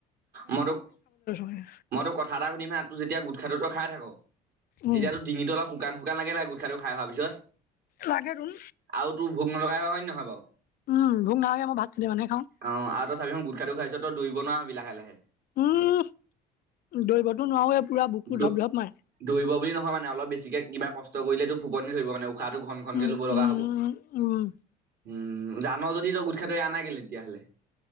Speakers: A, on the right; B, on the left.
A: মই তোক
B: মানে।
A: মই তোক কথা এটা শুনিম হা তোৰ যেতিয়া গোটখাটো তই খাই থাক। তেতিয়াটো
B: উম
A: ডিঙিটো অলপ শুাকান শুকান লাগে নাই গোট। <unintelligible> খাই হোৱা পিছত
B: লাগে তোন
A: আৰু তোৰ ভোক নলগা হয় হয় নে নহয় বাৰু।
B: উম ভোক নালাগে মই ভাত কেইটামানহে খাওঁ।
A: অ আৰু তই চাবি হোন গোটখাটো খাইছ তই দৌৰিব নোৱাৰ হাবি লাহে লাহে।
B: উম। দৌৰিবতো নোৱাৰোৱে পুৰা বুকু
A: দ
B: ধপ ধপ মাৰে
A: দৌৰিব বুলি নহয় মানে অলপ বেছিকে কিবা কষ্ট। ত কৰিলেতো ফোপনি ধৰিব কাৰণে উশাহটো ঘন ঘনকে
B: উম
A: ল'ব লগা
B: উম
A: হব।
B: উম উম
A: উম জানৰ যদি তই গোটখা তো‌ এৰা নাই কেলে তেতিয়াহ'লে।